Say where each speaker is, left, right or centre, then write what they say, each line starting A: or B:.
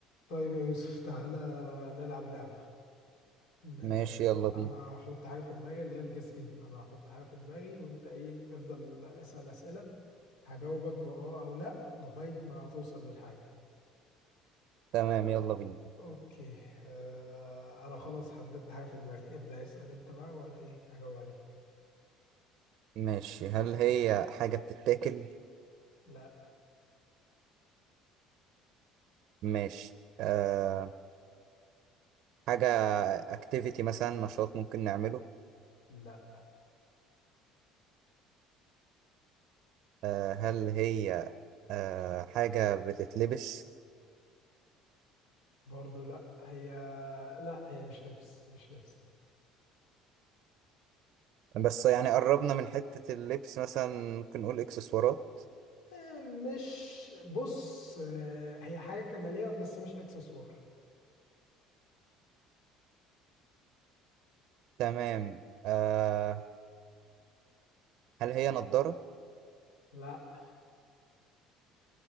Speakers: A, on the left; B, on the right.
A: طيب يا يوسف تعالى نلعب لعبة ن-
B: ماشي يلا بينا
A: أنا هحط حاجة في دماغي اللي هي الجيس جيم أنا هحط حاجة في دماغي وأنت إيه افضل اسأل أسئلة هجاوبك بأه أو لأ لغاية ما توصل للحاجة
B: تمام يلا بينا
A: أوكي آه أنا خلاص حددت حاجة في دماغي ابدأ اسأل أنت بقى وأنا إيه هجاوب عليك
B: ماشي هل هي حاجة بتتاكل
A: لأ
B: ماشي أه حاجة اكتيفيتي مثلا نشاط ممكن نعمله
A: لأ
B: أه هل هي أه حاجة بتتلبس
A: برضو لأ هي لأ هي مش لبس مش لبس
B: بس يعني قربنا من حتة اللبس مثلا ممكن نقول اكسسوارات
A: آه مش بص آه هي حاجة كمالية بس مش إكسسوار
B: تمام أه هل هي نضارة
A: لأ